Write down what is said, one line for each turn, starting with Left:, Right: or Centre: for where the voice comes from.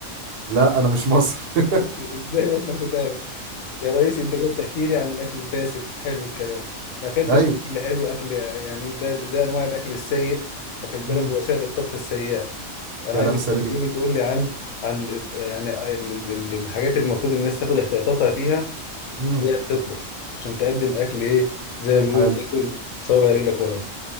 Right: لا انا مش مصري <laughs>
Left: <laughs> ازاي بطنك تتعب يا رئيسي انت جاي تحكي لي عن الاكل الفاسد حلو الكلام ما اكلتش
Right: ايوه
Left: اكل حلو اكل يعني ده ده, ده انواع الاكل السيء واخد بالك
Right: مم.
Left: وسائل الطبخ السيئه انا
Right: كلام
Left: عايزك
Right: سليم
Left: تحكي لي تقول لي عن عن يعني ال- ال- ال- الحاجات اللي المفروض الناس تاخد احتياطاتها فيها
Right: مم.
Left: وهي بتطبخ عشان تقدم اكل ايه زي ما بيقولوا
Right: حلو
Left: تاكل صوابع رجلك ورا